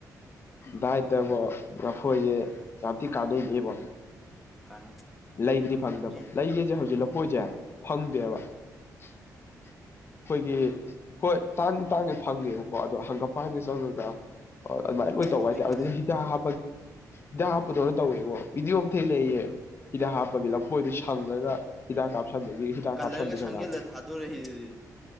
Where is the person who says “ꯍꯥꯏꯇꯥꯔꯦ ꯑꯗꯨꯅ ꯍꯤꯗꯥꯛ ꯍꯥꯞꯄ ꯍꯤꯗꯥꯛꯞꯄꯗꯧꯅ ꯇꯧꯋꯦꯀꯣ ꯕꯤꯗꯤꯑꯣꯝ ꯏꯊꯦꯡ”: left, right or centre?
Left